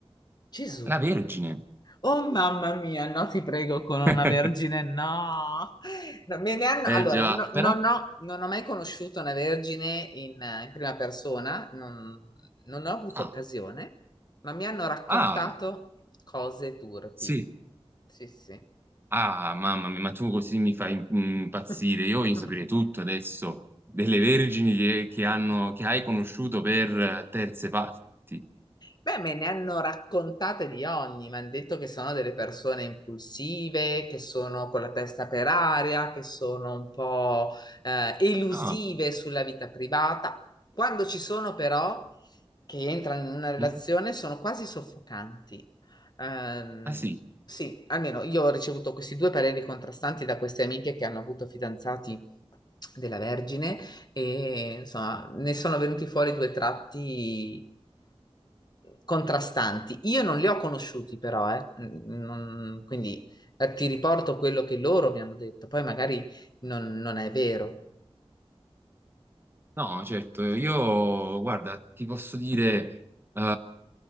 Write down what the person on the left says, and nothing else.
Gesù.
Oh mamma mia, no, ti prego, con una
vergine, no. No, me ne hanno-
allora,
no-
non ho, non ho mai conosciuto una vergine in, eh, in prima persona, non, non ho avuto
occasione, ma mi hanno raccontato
cose turpi.
Sì, sì.
<laughs>
Beh, me ne hanno raccontate di ogni, mi hanno detto che sono delle persone impulsive, che sono con la testa per aria, che sono un po' eh, elusive
sulla vita privata. Quando ci sono però, che entrano in una relazione,
sono quasi soffocanti. Ehm,
sì, almeno io ho ricevuto questi due pareri contrastanti da queste amiche che hanno avuto fidanzati della Vergine e insomma ne sono venuti fuori due tratti contrastanti. Io non li ho conosciuti però, eh. Non- quindi eh, ti riporto quello che loro mi hanno detto, poi magari non, non è vero.